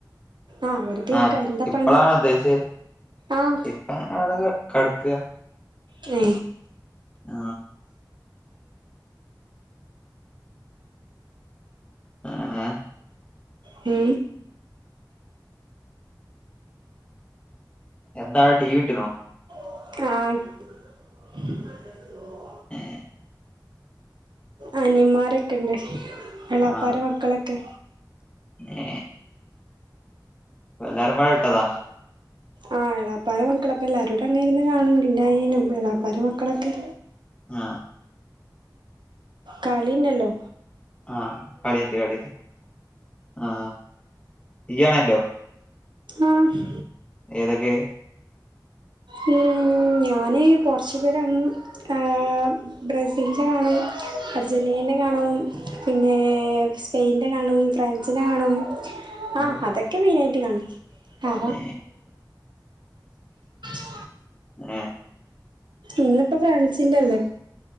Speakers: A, on the right (about 85°); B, on the left (about 15°).
A: ആഹ് വെറുതെ
B: ആ
A: ഇരിക്ക എന്താ
B: ഇപ്പളാണ്
A: പണി
B: ഉദ്ദേശ്
A: ആഹ്
B: ഇപ്പ അടെ ക കട്ക്ക
A: മ്
B: ആ <unintelligible>
A: മ്
B: എന്താടെ ടീവിട്ട്ണോ
A: ആ
B: <unintelligible>
A: അൻയമ്മാരൊക്കെണ്ട് എളാപ്പാര
B: ആ
A: മക്കളൊക്കെ
B: ഏ ഇപ്പല്ലാരുംമ്പാടാ ഇട്ടതാ
A: ആഹ് എളാപ്പാരെ മക്കളൊക്കെല്ലാരുടങ്ങര്ന്ന് കാണ് ണ് <unintelligible> ഇന്റനിയനും എളാപ്പാരെ മക്കളൊക്കെ
B: ങ്ങ
A: കളിനെല്ലോ
B: ആ കളിണ്ട് കളിണ്ട് ആ ഇയ്യാണല്ണ്ടോ
A: ആഹ്
B: ഏതൊക്കെ
A: മ് ഞാന് പോർച്ച്ഗലാണും <unintelligible> ബ്രസീൽൻ്റെ കാണും അർജന്റീനന്റെ കാണും പിന്നെ സ്പെയ്ന്റെ കാണും ഫ്രാൻസിന്റെ കാണും
B: ആ
A: ആഹ് അതൊക്കെ മെയ്നായിട്ട് കാണൽ ഹാ
B: ഏ
A: <inaudible>
B: ഏ
A: ഇന്ന്പ്പോ ഫ്രാൻസിന്റല്ലേ